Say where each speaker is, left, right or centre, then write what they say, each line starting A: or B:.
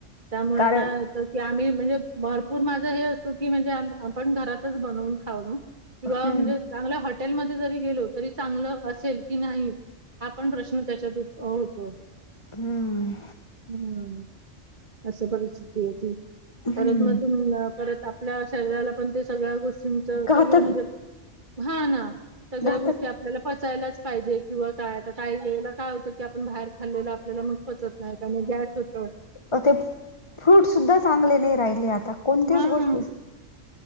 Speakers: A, on the right; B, on the left.
A: त्यामुळें
B: कारण
A: काय होत की आम्ही म्हणजे भरपूर माझा हे असतो की, म्हणजे आपण घरातच बनवून खाऊलो. किंवा
B: हम्म
A: म्हणजे चांगल्या हॉटेलमध्ये जरी गेलो, तरी चांगलं असेल कि नाही. हा पण प्रश्न त्यांच्यात होतो.
B: हम्म.
A: हम्म. अस परिस्थिती आहे ती.
B: हम्म
A: खरतर म- तुमला. परत आपल्या शरीराला पण ते, सगळ्या गोष्टींनच सगळ
B: घातक
A: म्हणजे हां ना. सगळ्या
B: घातक
A: गोष्टी आपल्याला पचायलाच पाहिजे, किंवा काय आता काही वेळेला काय होतं की, आपण बाहेर खालो. आपल्याला मग पचत नाही, त्यामुळे गॅस होतं.
B: ओ ते फ्रूट सुुद्धा चांगले नाही राहिले आता, कोणत्याच
A: हा
B: गोष्टी अशा